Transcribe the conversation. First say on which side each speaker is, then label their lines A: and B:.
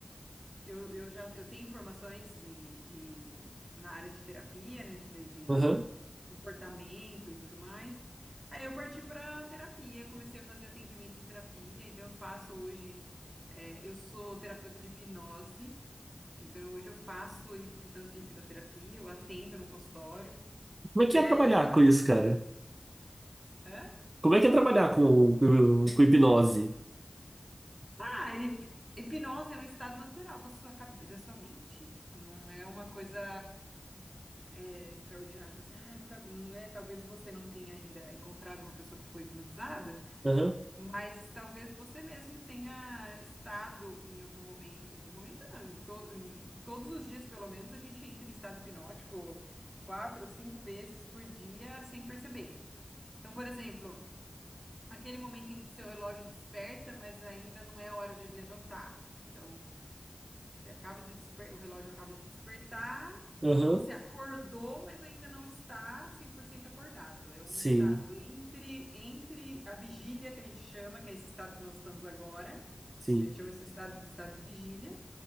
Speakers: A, on the right; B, on the right.
A: eu, eu já eu tenho informações de, de- na área de terapia, né, de, de
B: Aham.
A: comportamento e tudo mais. Aí eu parti para terapia, comecei a fazer atendimento de terapia. Então, eu faço hoje, eh, eu sou terapeuta de hipnose. Então, hoje eu faço hipno- hipnoterapia, eu atendo no consultório.
B: Como é
A: E
B: que é trabalhar
A: aí,
B: com isso, cara?
A: Hã?
B: Como é que é trabalhar com, com, com hipnose?
A: Ah, hip- hipnose é um estado natural da sua, cabe- da sua mente. Não é uma coisa é, extraordinária. Você, ah, nunca, né? Talvez você não tenha ainda encontrado uma pessoa que foi hipnotizada,
B: Aham.
A: mas talvez você mesmo tenha estado em algum momento, em algum momento não, em, to- em todos os dias, pelo menos, a gente entra em estado hipnótico quatro, cinco vezes por dia sem perceber. Então, por exemplo. Aquele momento em que seu relógio desperta, mas ainda não é a hora de levantar. Então, você acaba de desper... o relógio acaba de despertar,
B: Aham.
A: você acordou, mas ainda não está 100% acordado. É um
B: Sim,
A: estado entre entre a vigília que a gente chama, que é esse estado que nós estamos agora.
B: sim.
A: Então, a gente chama esse estado de estado de vigília,